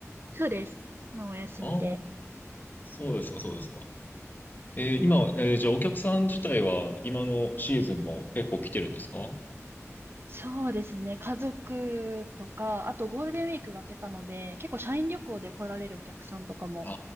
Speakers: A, on the right (about 45°); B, on the left (about 35°).
A: そうです。まあ、お休みで。
B: ああー、そうですか、そうですか。えー今、えーじゃあお客さん自体は今のシーズンも結構来てるんですか
A: そうですね、家族とか、あとゴールデンウィークが明けたので、結構社員旅行で来られるお客さんとかも
B: あ